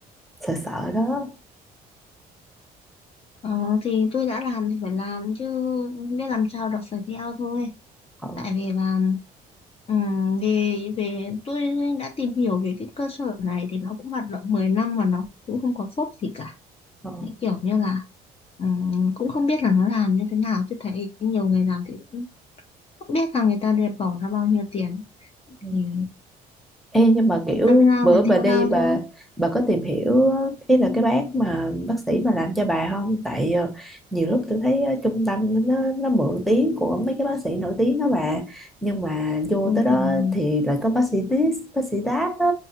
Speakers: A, in the centre; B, on the left.
A: sợ sợ đó
B: ờ, thì tôi đã làm thì phải làm chứ biết làm sao được phải theo thôi
A: ừ
B: tại vì là ừm, về về tôi đã tìm hiểu về cái cơ sở này thì nó cũng hoạt động 10 năm mà nó cũng không có phốt gì cả
A: ừ
B: Đấy, kiểu như là ừm, cũng không biết là nó làm như thế nào chứ thấy nhiều người làm thì cũng không biết là người ta đều bỏ ra bao nhiêu tiền
A: ừ.
B: thì
A: Ê, nhưng mà kiểu
B: đâm lao
A: bữa
B: phải
A: bà
B: theo
A: đi
B: lao
A: bà
B: thôi
A: bà có tìm hiểu ý là cái bác mà bác sĩ mà làm cho bà không? Tại ờ, nhiều lúc tôi thấy ờ, trung tâm nó nó mượn tiếng của mấy cái bác sĩ nổi tiếng đó bà nhưng mà vô
B: đúng
A: tới đó
B: rồi
A: thì lại có bác sĩ this bác sĩ that á